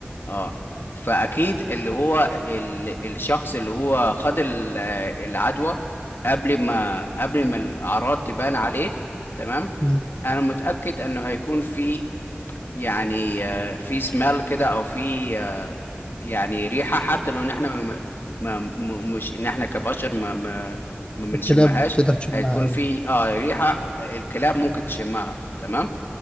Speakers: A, on the left; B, on the left.
A: اه فاكيد اللي هو ال... الشخص اللي هو خد ال- العدوى قبل ما قبل ما الاعراض تبان عليه تمام
B: مم.
A: انا متأكد انه هيكون في يعني آه، في سمال كده او في آه، يعني ريحه حتى لو ان احنا م- م- م- مش ان احنا كبشر ما ما ما بنشمهاش
B: الكلاب تقدر تشمها
A: هتكون
B: ايوه
A: في اه ريحه آه، الكلاب ممكن تشمها تمام